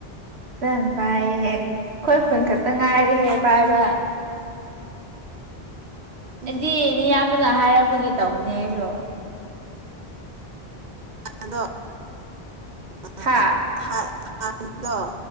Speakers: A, on the right; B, on the right.
A: ꯐꯖꯅ ꯄꯥꯏꯌꯦꯍꯦ ꯑꯩꯈꯣꯏ ꯈꯨꯟ ꯈꯛꯇ ꯉꯥꯏꯔꯦꯍꯦ ꯄꯥꯏꯕ
B: ꯎꯝ
A: ꯑꯩꯗꯤ ꯅꯌꯥꯝꯕꯅ ꯍꯥꯏꯔꯛꯄꯒꯤ ꯇꯧꯕꯅꯦ ꯑꯩꯁꯨ
B: ꯑꯗꯣ ꯑꯥ ꯍꯥꯏ <unintelligible>
A: ꯍꯥ
B: ꯍꯥꯢꯕꯗꯣ